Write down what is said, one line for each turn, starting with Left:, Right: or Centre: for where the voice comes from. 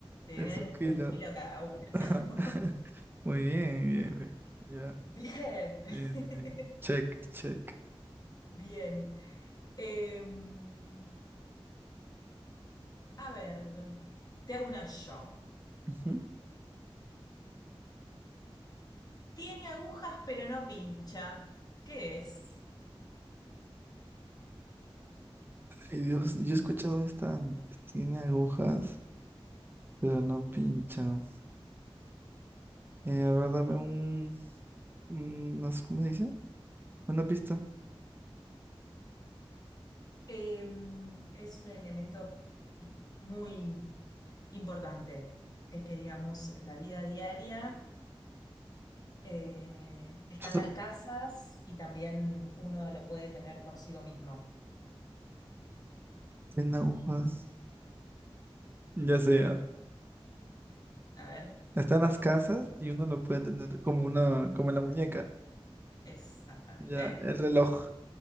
Left: tienen
Right: es un kilo.
Left: un kilo cada una, ¿no?
Right: <laughs>
Left: <laughs>
Right: Muy bien, bien, bien. Ya.
Left: Bien,
Right: Eh, eh, check,
Left: <laughs>
Right: check.
Left: bien. Em, a ver, te hago una yo.
Right: Ujú.
Left: Tiene agujas pero no pincha. ¿Qué es?
Right: Ay, Dios, yo he escuchado esta, antes. tiene agujas, pero no pincha. Eh, a ver, dame un, unas, ¿cómo se dice? Una pista.
Left: Em, es un elemento muy importante, eh, que digamos en la vida diaria eh, están
Right: Solo
Left: las casas y también uno lo puede tener consigo mismo.
Right: Tiene agujas. Ya sea.
Left: A ver,
Right: Está en las casas y uno lo puede tener como una, como en la muñeca.
Left: exactamente.
Right: Ya, el reloj.